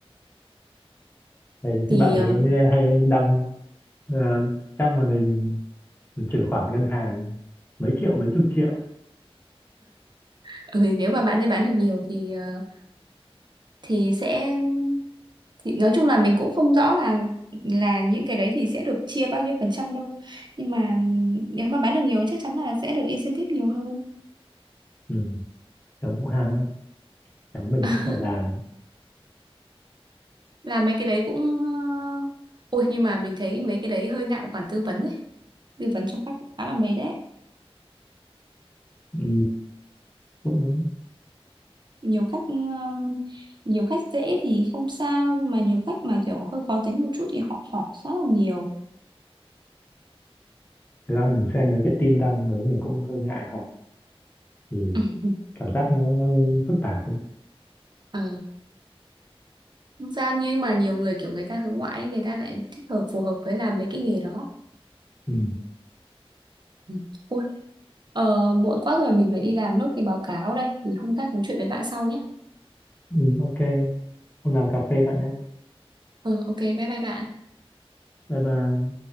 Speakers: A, on the left; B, on the right.
A: thấy cái
B: Thì
A: bạn ấy
B: ờ,
A: hay đăng ờ, các màn hình mình chuyển khoản ngân hàng mấy triệu mấy chục triệu
B: ừ, nếu mà bạn ấy bán được nhiều thì ờ, thì sẽ thì nói chung là mình cũng không rõ là là những cái đấy thì sẽ được chia bao nhiêu phần trăm đâu nhưng mà nếu mà bán được nhiều thì chắc chắn là sẽ được incentive nhiều hơn
A: ừ. cháu cũng ham lắm cháu mình
B: <laughs>
A: cũng phải làm
B: là mấy cái đấy cũng ờ, ôi nhưng mà mình thấy mấy cái đấy hơi ngại khoản tư vấn ấy tư vấn cho khách cũng khá là mệt đấy
A: ừ. cũng đúng
B: nhiều khách ừ, nhiều khách dễ thì không sao nhưng mà nhiều khách mà kiểu hơi khó tính một chút thì họ hỏi rất là nhiều
A: thực ra mình xem mấy cái tin đăng đấy mình cũng hơi ngại hỏi thì
B: <laughs>
A: cảm giác nó hơi phức tạp ấy
B: ừ. Không sao nhưng mà nhiều người kiểu người ta hướng ngoại ấy, người ta lại thích hợp phù hợp với làm mấy cái nghề đó
A: ừ.
B: ừ. Ôi, ờ, muộn quá rồi mình phải đi làm nốt cái báo cáo đây thì hôm khác nói chuyện với bạn sau nhé
A: Ừ, ok hôm nào cà phê bạn nhé
B: ừ, ok bye bye bạn
A: bye bye